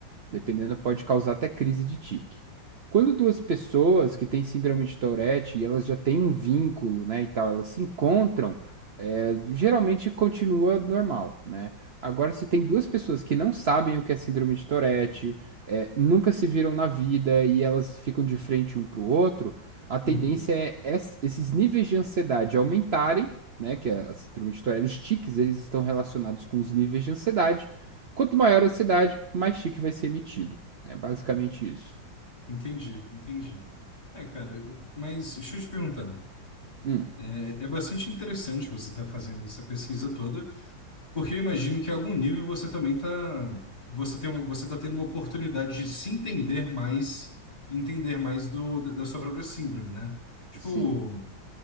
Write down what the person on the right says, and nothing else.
Dependendo, pode causar até crise de tique. Quando duas pessoas que têm síndrome de Tourette e elas já têm um vínculo, né, e tal, elas se encontram, é, geralmente continua normal, né? Agora, se tem duas pessoas que não sabem o que é síndrome de Tourette, é, nunca se viram na vida e elas ficam de frente um para o outro, a tendência
é es- esses níveis de ansiedade aumentarem, né? Que a a síndrome de Tourette, os tiques, eles estão relacionados com os níveis de ansiedade Quanto maior a ansiedade, mais tique vai ser emitido. É basicamente isso.
Hum,
sim.